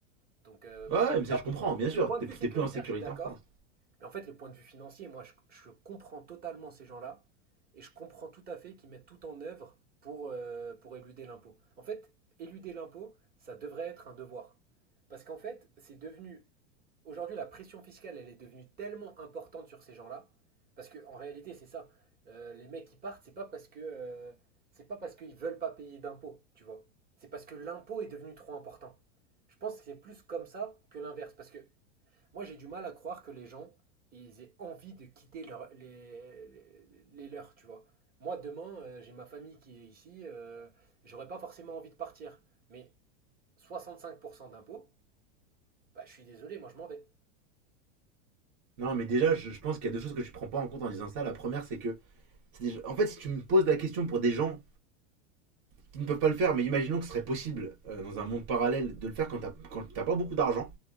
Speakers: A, on the right; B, on the right.
A: Donc, euh,
B: Ouais, mais
A: d'un-
B: ça, je comprends, bien
A: le
B: sûr.
A: point
B: T'es
A: de vue
B: plus,
A: sécuritaire,
B: t'es plus en sécurité
A: je suis d'accord.
B: en France.
A: Mais en fait, le point de vue financier, moi, je, je comprends totalement ces gens-là. Et je comprends tout à fait qu'ils mettent tout en œuvre pour, euh, pour éluder l'impôt. En fait, éluder l'impôt, ça devrait être un devoir. Parce qu'en fait, c'est devenu... Aujourd'hui, la pression fiscale, elle est devenue tellement importante sur ces gens-là. Parce que en réalité, c'est ça. Euh, les mecs qui partent, c'est pas parce que... euh, c'est pas parce qu'ils veulent pas payer d'impôts, tu vois. C'est parce que l'impôt est devenu trop important. Je pense que c'est plus comme ça que l'inverse. Parce que moi, j'ai du mal à croire que les gens, ils aient envie de quitter leur- les, les- les leurs, tu vois. Moi, demain, euh, j'ai ma famille qui est ici, euh, j'aurais pas forcément envie de partir. Mais 65% d'impôts, bah, je suis désolé, moi, je m'en vais.
B: Non, mais déjà, je, je pense qu'il y a deux choses que tu prends pas en compte en disant ça. La première, c'est que. c'est déjà- En fait, si tu me poses la question pour des gens qui ne peuvent pas le faire, mais imaginons que ce serait possible euh, dans un monde parallèle de le faire quand t'as quand t'as pas beaucoup d'argent